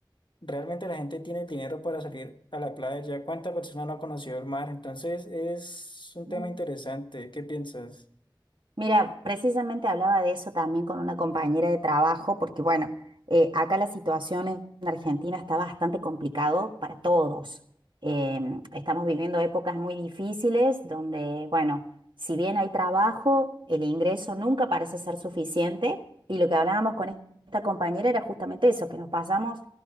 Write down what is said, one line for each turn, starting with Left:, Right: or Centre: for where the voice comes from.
Left: realmente la gente tiene el dinero para salir a la playa, ¿cuántas personas no ha conocido el mar? Entonces es un
Right: Mm.
Left: tema interesante, ¿qué piensas?
Right: Mira, precisamente hablaba de eso también con una compañera de trabajo, porque bueno, eh, acá la situación en Argentina está bastante complicado para todos. Em, estamos viviendo épocas muy difíciles donde, bueno, si bien hay trabajo, el ingreso nunca parece ser suficiente. Y lo que hablábamos con esta compañera era justamente eso, que nos pasamos